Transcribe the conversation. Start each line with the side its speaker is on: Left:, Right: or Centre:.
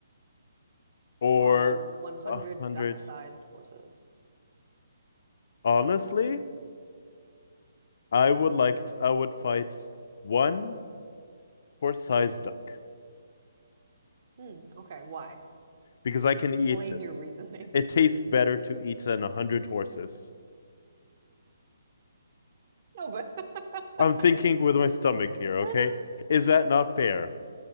Left: or
Right: Or one 100
Left: a hundred.
Right: duck-sized horses.
Left: Honestly, I would like to, I would fight one horse-sized duck
Right: Hmm. Okay, why?
Left: because I
Right: Explain
Left: can eat it.
Right: your reasoning.
Left: It
Right: <laughs>
Left: tastes better to eat than a hundred horses.
Right: No, but <laughs>
Left: I'm thinking with my stomach here, okay?
Right: that's
Left: Is that not fair?